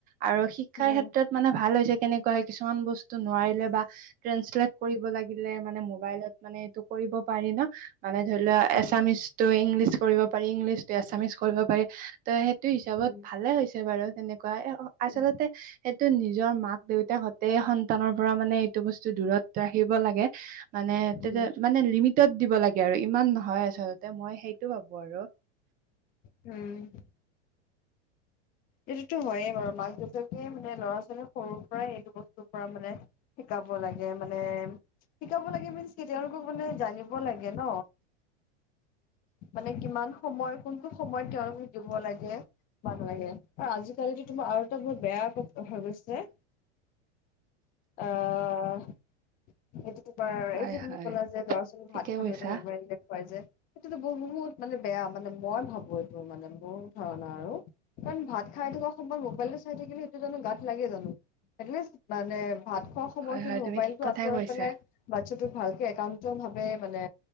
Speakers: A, on the right; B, on the left.
A: আৰু শিক্ষাৰ
B: উম
A: ক্ষেত্ৰত মানে ভাল হৈছে কেনেকুৱা কিছুমান বস্তু নোৱাৰিলে <unintelligible> কৰিব লাগিলে মানে মবাইলত মানে কৰিব পাৰি ন মানে ধৰি লোৱা
B: উম
A: এচামিচ ত ইংলিছ কৰিব পাৰি। ইংলিছ এছামিছ কৰিব পাৰি। তেই হিচাপত
B: উম
A: ভালে হৈছে বাৰু। তেনেকুৱা আচল্ততে
B: উম
A: সেইটো নিজৰ মাক দেউতাক সন্তানৰ পৰা মানে এইটো বস্তু দূৰত ৰাখিব লাগে। মানে
B: উম
A: তে মানে লিমিটত দিব লাগে আৰু ইমান নহয়। আচলতে মই সেইটো ভাবো আৰু
B: উম, সেইটোতো হয়য়ে বাৰু মাক দেউতাকে মানে ল'ৰা ছোৱালীৰ সৰুৰ পৰাই এইটো বস্তুৰ পৰা মানে শিকাব লাগে মানে শিকাব লাগে মনচ কে তেওঁলোকক মানে জানিব লাগে ন মানে কিমান সময় কোনটো সময়ত তেওঁলোকক দিব লাগে। নালাগে আৰু আজিকালি তোমাৰ আৰু এটা বহত বেয়া হৈ গৈছে। অ', সটো তোমাৰ
A: হয়
B: এই যে তুমি
A: হয়
B: ক'লা যে ল'ৰা ছোৱী
A: ঠিকে
B: ভাত খ
A: কৈছা
B: গটা মোবাইল খুৱাই যে, সেইটোতো বহুত মানে বেয়া মানে মই ভাবোঁ এইটো মানে মোৰ ধাৰণা আৰু কাৰণ ভাত খাই থকা সময়ত মোবাইলটো চাই থাকিলে সেইটো জানো গাত লাগে জানো স মানে ভাত খোৱা সময়খিনি
A: হয় হয় তুমি
B: মোবাইলতটো
A: ঠিক কথাই
B: আঁতৰাই
A: কৈছা
B: পেলাই। বাচ্ছাটোক ভালকে একান্ত ভাৱে মানে